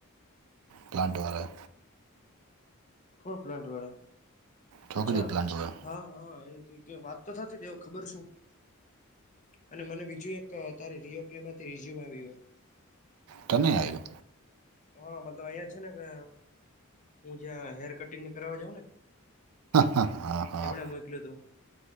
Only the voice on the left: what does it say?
ખ પ્લાટ વાળ?
અચ્છા.
હહ હહ એ કંઈક એ વાત તો થતી હવે ખબર શું. અને મને બીજું એક તારી રિયોપ્લે માંથી રીઝ્યુમ આવ્યું.
હા મતલબ અહીયાયા છે ને કે મુુંજા હેર કટિંગને કરવા જાવ ને,
એમણે મોકલું હતું.